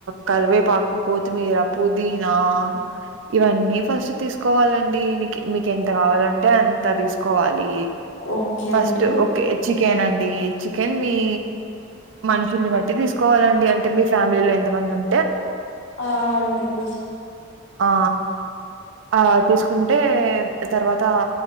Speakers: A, on the right; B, on the left.
A: కర్వేపాకు కొత్తిమీరా పుదీనా ఇవన్నీ ఫస్ట్ తీసుకోవాలండి మీకెంత కావాలంటే అంత తీసుకోవాలి
B: ఓకే
A: ఫస్ట్
B: అండి
A: ఓకే చికెన్ అండి చికెన్ని మనుషుల్ని బట్టి తీసుకోవాలండి అంటే మీ ఫ్యామిలీలో ఎంత మంది ఉం
B: అ ఆండి
A: ఆ ఆ తీసుకుంటే తర్వాత